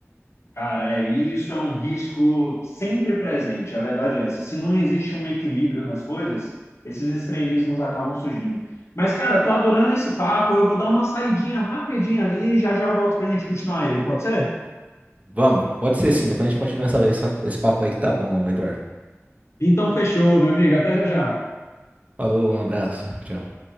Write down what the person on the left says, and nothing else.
Cara, é, isso é um risco sempre presente, a verdade é essa. Se não existe um equilíbrio nas coisas, esses extremismos acabam surgindo. Mas, cara, tô adorando esse papo, eu vou dar uma saidinha rapidinha ali e já já eu volto pra gente continuar ele, pode ser?
Então, fechou, meu amigo. Até já já.